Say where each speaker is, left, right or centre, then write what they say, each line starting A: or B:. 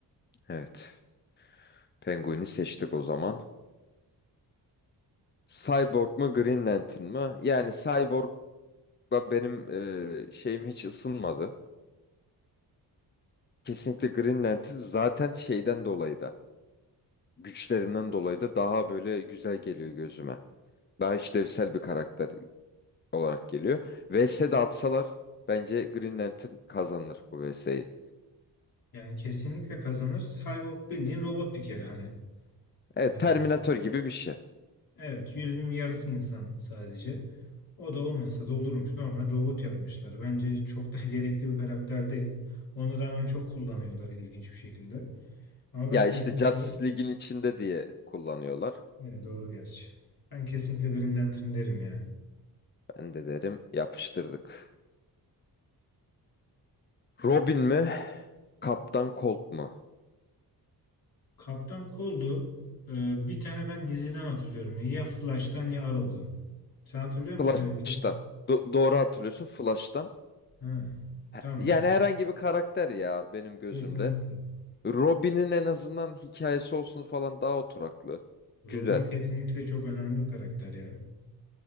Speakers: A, on the left; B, on the left.
A: Evet. Penguin'i seçtik o zaman. Cyborg mu Green Lantern mı? Yani Cyborg'la benim e, şeyim hiç ısınmadı. Kesinlikle Green Lantern zaten şeyden dolayı da güçlerinden dolayı da daha böyle güzel geliyor gözüme. Daha işlevsel bir karakter. olarak geliyor. VS'de atsalar bence Green Lantern kazanır bu VS'yi.
B: Yani kesinlikle kazanır. Cyborg bildiğin robot bir kere hani.
A: Evet,
B: Yani
A: Terminator gibi bir şey.
B: evet yüzünün yarısı insan sadece. O da olmasa da olurmuş. Normal robot yapmışlar. Bence çok da <laughs> gerekli bir karakter değil. Ona rağmen çok kullanıyorlar ilginç bir şekilde. Ama
A: Ya
B: ben kesinlikle...
A: işte Justice League'in içinde diye kullanıyorlar.
B: Evet, doğru gerçi. Ben kesinlikle Green Lantern derim ya.
A: Ben de derim yapıştırdık. Robin mi? Kaptan Colt mu?
B: Kaptan Cold'u e, bir tane ben diziden hatırlıyorum. Ya Flash'tan ya Arrow'dan. Sen hatırlıyor musun
A: Flash'tan.
B: öyle bir şey?
A: Do- doğru hatırlıyorsun Flash'tan.
B: Ha,
A: He-
B: tamam.
A: Yani herhangi bir karakter ya benim gözümde.
B: Kesinlikle.
A: Robin'in en azından hikayesi olsun falan daha oturaklı.
B: Robin
A: Güzel.
B: kesinlikle çok önemli bir karakter ya.